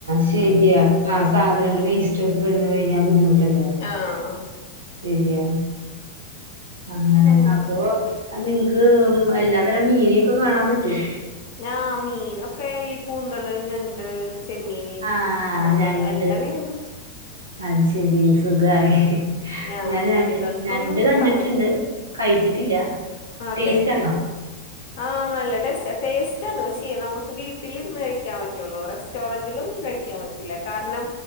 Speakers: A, on the right; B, on the left.
A: ശരിയാ ആ
B: ആയിരിക്കും
A: സാധനങ്ങള് വേസ്റ്റ്ക്കെ കെട്ന്ന് കഴിഞ്ഞാ ബുദ്ധിമുട്ടണ്ടെ
B: ആഹ്
A: ശരിയാ അങ്ങനെ
B: അങ്ങനൊക്കെ
A: അപ്പൊ നിങ് മ് എല്ലാതരം മീനിക്കെ കാണാൻ പറ്റും
B: ഞാ മീനക്കെ ഈ കൂന്തല്, ഞണ്ട്, ചെമ്മീന്
A: ആ
B: മാന്തള്
A: ഞണ്ട്
B: എല്ലാ മീനും കിട്ടും
A: അത് ശരീ സുഖായി
B: ഉം ഞാൻ
A: ഞാന്
B: മീനുകൾക്കൊന്നും
A: ഞ എ ഞണ്ട്
B: ക്ഷാമല്ല
A: കണ്ടിട്ട്ണ്ട് കഴിച്ചിട്ടില്ല.
B: അതെ
A: ടേസ്റ്റ് ആണോ?
B: ആ നല്ലടേസ്റ്റാ ടേസ് റ്റാണ് പക്ഷേ നമുക്ക് വീട്ടിലിരുന്ന് കഴിക്കാൻ പ പറ്റുള്ളൂ റെസ്റ്റോറന്റിലൊന്നും കഴിക്കാൻ പറ്റില്ല കാരണം